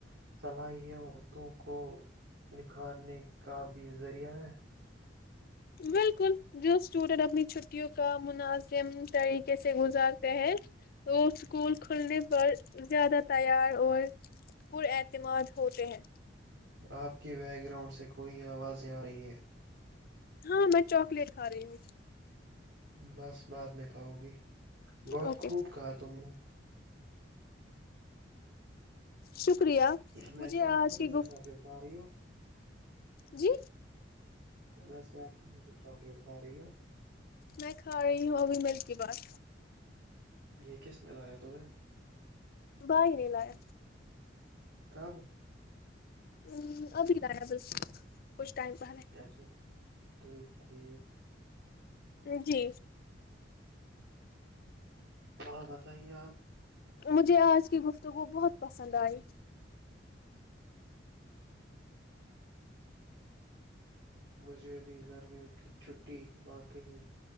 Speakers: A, on the right; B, on the left.
A: صلاحیتوں کو نکھارنے کا بھی ذریعہ ہے
B: بالکل جو اسٹوڈینٹ اپنی چھٹیوں کا منازم طریقے سے گزارتے ہیں وہ اسکول کھلنے پر زیادہ تیار اور پر اعتماد ہوتے ہیں
A: آپ کے بیک گراؤنڈ سے کوئی آوازیں آ رہی ہے
B: ہاں میں چاکلیٹ کھا رہی ہوں
A: بس بعد میں کھاو گی بہت
B: اوکے
A: خوب کہا تم نے
B: شکریہ
A: ویسے
B: مجھے
A: آپ
B: آج
A: کون
B: کی
A: سا
B: گفت
A: چاکلیٹ کھا رہی ہو
B: جی
A: ویسے آپ کون سے چاکلیٹ کھا رہی ہو
B: میں کھا رہی ہوں ابھی ملک کی بات
A: یہ کس نے لایا تمہیں؟
B: بائیری ل ہے
A: کب
B: ہ ابھی رہائےب کچھ ٹائم پہ ہے
A: اچھا ٹھیک ٹھیک
B: جی
A: ہاں بتائیے آپ
B: مجھے آج کی گفتگو بہت پسند آئی
A: مجھے بھی گرمیوں کی چھٹی واقعی